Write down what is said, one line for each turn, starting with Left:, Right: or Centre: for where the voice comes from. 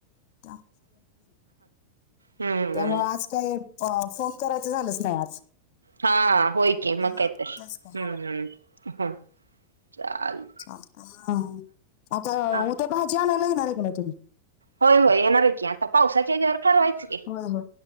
Left: <unintelligible>
Right: हम्म
Left: त्यामुळं आज काही अ फोन करायचं, झालंच नाही, आज
Right: हा, होय की, मग
Left: हा
Right: काय तर,
Left: तेच काय
Right: हंम
Left: हो
Right: -हंम, चाल
Left: चालतंय, अव ते,
Right: हा
Left: उद्या भाजी आणायला, येणार हाय क नाय तुम्ही?
Right: होय -होय, येणार आहे की, आता पावसाच्या हेच्यावर ठरवायचं की
Left: व्हय,